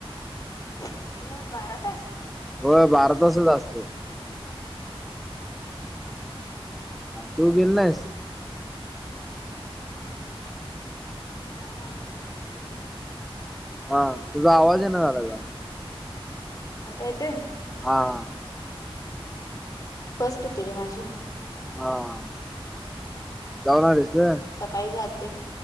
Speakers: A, on the left (about 35°); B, in the centre.
A: व्हय बारा तास.
B: व्हय बारा तासच असतयं. तू गेली
A: हं <unintelligible>
B: नाहीस
A: पाऊस मी जाऊन आलो माझी <unintelligible>
B: हां तुजा आवाज येईना झालाय जरा
A: आत्ता येतोय.
B: हां.
A: फस्ट होती रे माझी
B: हां जाऊन आलीस होयं.
A: सकाळी जाते